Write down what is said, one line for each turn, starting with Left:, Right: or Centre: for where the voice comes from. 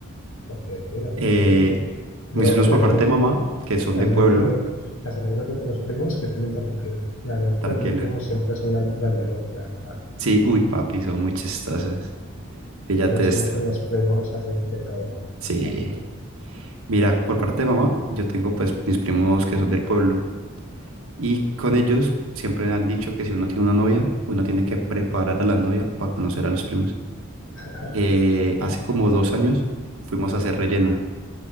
Left: Ok, ok.
Right: Eh,
Left: Bro,
Right: mis primos
Left: las
Right: por parte
Left: anécdotas,
Right: de mamá, que son
Left: las
Right: de pueblo,
Left: anécdotas, las anécdotas de los primos, que pena interrumpirte. Las anécdotas
Right: tranquilo.
Left: de los primos siempre son la- las mejores, la verdad.
Right: Sí, uy, papi, son muy chistosas. Píllate
Left: Pero es
Right: esta.
Left: que uno con los primos hace de todo.
Right: Sí.
Left: Punta, punta,
Right: Mira, por parte de mamá, yo tengo pues mis primos que son del pueblo y
Left: punta.
Right: con ellos siempre han dicho que si uno tiene una novia, uno tiene que preparar a la novia para conocer a los primos.
Left: <laughs>
Right: Eh, hace como dos años fuimos a hacer rellena,